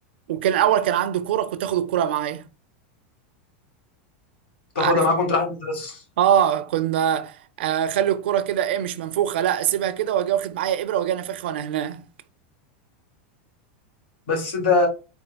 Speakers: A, on the right; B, on the left.
A: وكان الاول كان عندي كوره كنت اخد الكوره معايا
B: تاخدها
A: عارف
B: معاك
A: إنت؟
B: وانت رايح المدرسه
A: اه كنا آه، اخلي الكوره كده ايه مش منفوخه لا اسيبها كده واجي واخد معايا ابره واجي انفخها وانا هنا
B: بس ده